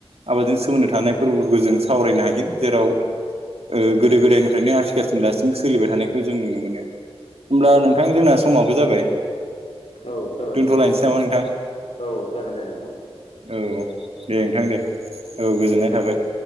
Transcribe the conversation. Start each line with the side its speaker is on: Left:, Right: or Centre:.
Right: आबादजों सोमोन्दो थानाय फोरबोफोरखौ जों सावरायनो हायो जेराव ओ गोदो गोदायनिफ्रायनो आथिखालसिम दासिमबो सोलिबाय थानायखौ जों नुनो मोनो। होमब्ला नोंथां जोंना समाबो जाबाय।
Left: औ जाबायमोन
Right: दोनथ'लायनोसै
Left: नोंथां।
Right: नामा नोंथां
Left: औ जागोन दे नोंथां।
Right: औ दे नोंथां दे औ गोजोननाय थाबाय।